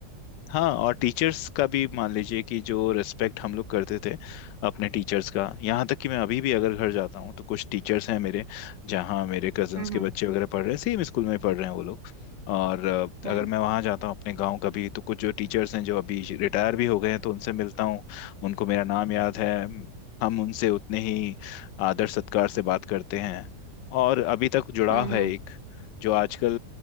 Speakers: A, on the left (about 80°); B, on the right (about 70°).
A: हाँ और टीचर्स का भी मान लीजिए कि जो रिस्पेक्ट हम लोग करते थे अपने टीचर्स का यहाँ तक कि मैं अभी भी अगर घर जाता हूँ तो कुछ टीचर्स हैं मेरे जहाँ मेरे कजन्स
B: हम्म
A: के
B: हम्म
A: बच्चे वगैरह पढ़ रहे हैं सेम स्कूल में पढ़ रहे हैं वो लोग और अ,
B: हम्म
A: अगर मैं वहाँ जाता हूँ अपने गांव कभी तो कुछ जो टीचर्स हैं जो अभी रिटायर भी हो गए हैं तो उनसे मिलता हूँ उनको मेरा नाम याद है हम उनसे उतने ही आदर सत्कार से बात करते हैं और अभी तक जुड़ाव
B: हम्म, हम्म,
A: है एक जो आजकल